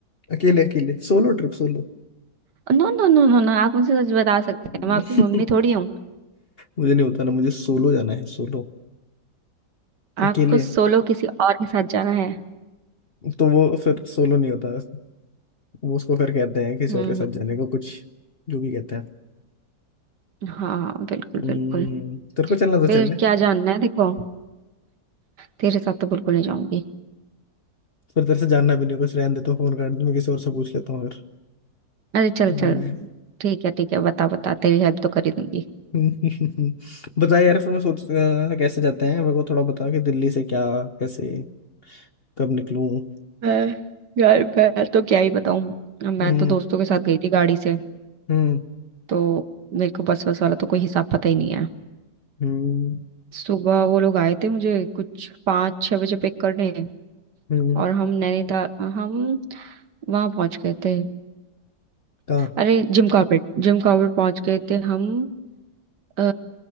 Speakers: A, on the left; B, on the right.
A: अकेले अकेले सोलो ट्रिप सोलो
B: No no no no no आप मुझे सच बता सकते
A: <laughs>
B: हैं मैं आपकी मम्मी थोड़ी हूँ
A: मुझे नहीं होता ना मुझे सोलो जाना है सोलो अकेले
B: आपको सोलो किसी और के साथ जाना है
A: तो वो फिर सोलो नहीं होता वो उसको फिर कहते हैं किसी
B: हम्म
A: और के साथ
B: हम्म,
A: जाने को कुछ जो भी कहते हैं
B: हाँ हाँ बिल्कुल
A: हम्म,
B: बिल्कुल
A: तेरे को चलना तो
B: फिर
A: चल ले
B: क्या जानना है देखो तेरे साथ तो बिल्कुल नहीं जाऊंगी
A: फिर तेरे से जानना भी नहीं कुछ रहने दे तो फोन कर दूं मैं किसी और से पूछ लेता हूँ
B: अरे चल
A: फिर
B: चल ठीक है ठीक है बता बता तेरी हेल्प तो कर ही दूंगी
A: <laughs> बता यार फिर मैं सोच अ, कैसे जाते हैं मेरे को थोड़ा बता कि दिल्ली से क्या कैसे कब निकलूं
B: मैं यार मैं तो क्या ही बताऊं मैं
A: हम्म
B: तो दोस्तों के साथ गई थी गाड़ी से
A: हम्म
B: तो मेरे को बस बस वाला तो कोई हिसाब पता ही नहीं है
A: हम्म
B: सुबह वो लोग आए थे मुझे कुछ पाँच छह बजे पिक करने
A: हम्म,
B: और हम नैनीताल हम वहां पहुंच गए थे
A: कहाँ
B: अरे जिम कॉर्बेट जिम कॉर्बेट पहुंच गए थे हम आ,